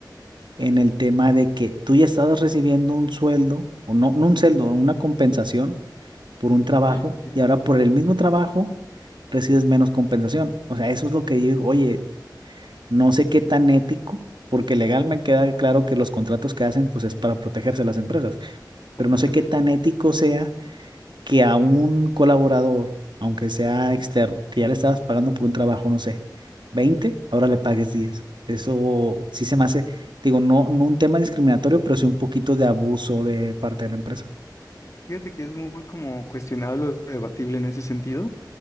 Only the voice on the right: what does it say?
en el tema de que tú ya estabas recibiendo un sueldo, o no, no un sueldo, una compensación por un trabajo,
y ahora por el mismo trabajo recibes menos compensación. O sea, eso es lo que yo digo, oye, no sé qué tan ético, porque legal me queda claro que los contratos que hacen, pues es para protegerse a las empresas,
pero no sé qué tan ético sea que a un colaborador, aunque sea externo, que ya le estabas pagando por un trabajo, no sé, 20 ahora le pagues diez Eso sí se me hace, digo, no, no un tema discriminatorio, pero sí un poquito de abuso de parte de la empresa.